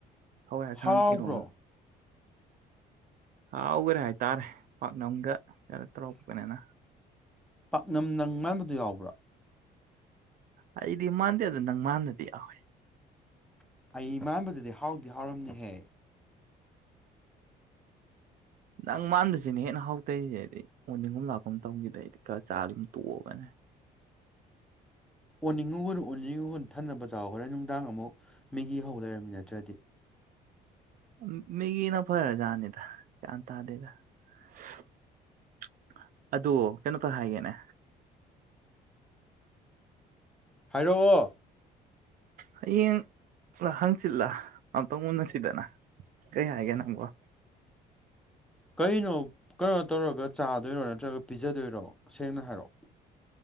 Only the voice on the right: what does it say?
ꯍꯋꯥꯏ ꯑꯁꯥꯡ
ꯏꯔꯣꯟ- ꯍꯥꯎꯒꯔꯦ ꯍꯥꯏꯇꯥꯔꯦ ꯄꯥꯛꯅꯝꯒ ꯀꯩꯅꯣ ꯇꯧꯔꯛꯄꯅꯤꯅ
ꯑꯩꯗꯤ ꯃꯥꯟꯗꯦꯗ ꯅꯪ ꯃꯥꯟꯅꯗꯤ ꯌꯥꯎꯋꯦ
ꯅꯪ ꯃꯥꯟꯕꯁꯤꯅꯤ ꯍꯦꯟꯅ ꯍꯥꯎꯇꯔꯤꯖꯦ ꯑꯗꯩ ꯑꯣꯅꯤꯡꯒꯨꯝ ꯂꯥꯛꯀꯨꯝ ꯇꯧꯒꯤꯗꯩꯗꯤ ꯈꯔ ꯆꯥ ꯑꯗꯨꯝ ꯇꯣꯛꯑꯕꯅꯦ
ꯎꯝ ꯃꯦꯒꯤꯅ ꯐꯔ ꯖꯥꯠꯅꯤꯗ ꯒ꯭ꯌꯥꯟ ꯇꯥꯗꯦꯗ ꯁꯍꯍ ꯑꯗꯨ ꯀꯩꯅꯣꯝ ꯇꯥ ꯍꯥꯏꯒꯦꯅꯦ
ꯍꯌꯦꯡ ꯂꯥ ꯍꯥꯡꯆꯤꯠꯂꯥ ꯑꯝꯇꯪ ꯎꯟꯅꯁꯤꯗꯅ ꯀꯔꯤ ꯍꯥꯏꯒꯦ ꯅꯪꯕꯣ